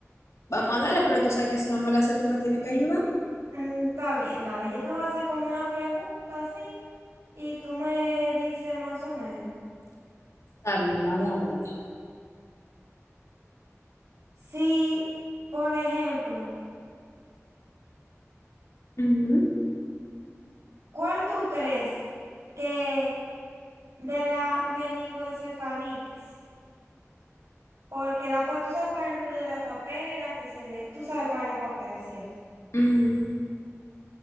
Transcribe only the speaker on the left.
vamos a darle, pero tú sabes que si no me la sé, tú me tienes que ayudar.
está bien, vamos a darle.
Ujú.
Ujú.